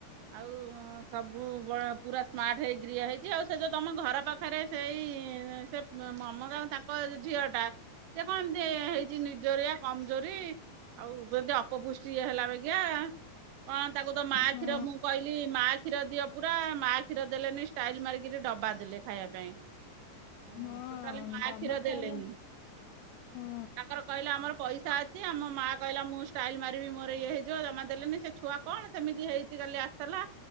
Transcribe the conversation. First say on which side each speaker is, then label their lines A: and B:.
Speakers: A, on the right; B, on the left.
A: ଆଉ ସବୁ ବଳ ପୁରା ସ୍ମାର୍ଟ ହେଇକିରି ଇଏ ହେଇଚି ଆଉ ସେ ଯୋଉ ତମ ଘର ପାଖରେ
B: ଆଛା
A: ଏଁ ସେ ଉମ୍ ମମତାଙ୍କ ତାଙ୍କ ଝିଅଟା ସିଏ କଣ ଏମତି ହେଇଚି ନିର୍ଜରିଆ କମଜୋରି ଆଉ ବି ଏମତି ଅ ଅପପୁଷ୍ଟି ହେଲା ବାଗିଆ। କଣ ତାକୁ ତ ମାଆ
B: ହଁ
A: କ୍ଷୀର ମୁଁ କହିଲି ମାଆ କ୍ଷୀର ଦିଅ ପୁରା ମାଆ କ୍ଷୀର ଦେଲେନି ଷ୍ଟାଇଲ ମାରିକିରି ଡ ଖାଇବା ପାଇଁ ଉଁ
B: ହଁ
A: ଟୋଟାଲି ମାଆ
B: ବାବା
A: କ୍ଷୀର ଦେଲେନି।
B: ଖାଇଲେ ହଁ
A: ତାଙ୍କର କହିଲେ ଆମର ପଇସା ଅଛି ଆଉ ମୋ ମାଆ କହିଲା ମୁଁ ଷ୍ଟାଇଲ ମାରିବି ମୋର ଇଏ ହେଇଯିବ ଜମା ଦେଲେନି ସିଏ ଛୁଆ କଣ ସେମିତି ହେଇଚି କାଲି ଆସିଥେଲା।